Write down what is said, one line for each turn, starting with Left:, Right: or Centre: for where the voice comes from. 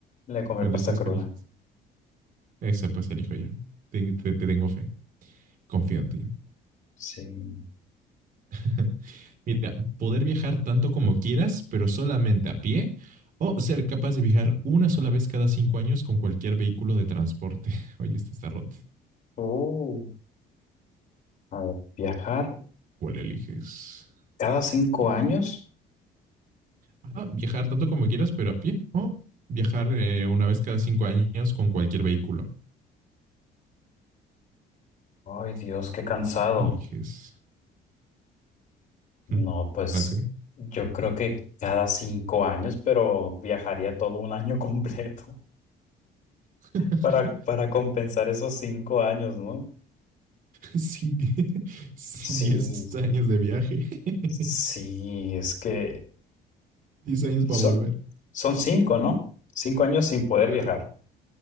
Left: Le comer
Right: ¿Cuál decías
Left: pasta cruda.
Right: que eliges? Esa pues elijo yo. Ten- te, te tengo fe. Confío en ti.
Left: Sí.
Right: <laughs> Mira, poder viajar tanto como quieras, pero solamente a pie, o ser capaz de viajar una sola vez cada cinco años con cualquier vehículo de transporte. <laughs> Oye, este está roto.
Left: Oh, a ver, viajar
Right: ¿Cuál eliges,
Left: cada cinco
Right: Diego?
Left: años.
Right: Ah, viajar tanto como quieras, pero a pie, o viajar eh, una vez cada cinco años con cualquier vehículo.
Left: Ay, Dios, qué cansado.
Right: Eliges.
Left: No,
Right: Hmm.
Left: pues
Right: ¿Ah, sí?
Left: yo creo que cada cinco años, pero viajaría todo un año <laughs> completo
Right: <laughs>
Left: para, para compensar esos cinco años, ¿no?
Right: Sin, die- <laughs> sin
Left: Sí,
Right: 10 años de viaje. <laughs>
Left: sí, es que
Right: diez años para
Left: son,
Right: volver.
Left: son cinco, ¿no? Cinco años sin poder
Right: Claro.
Left: viajar.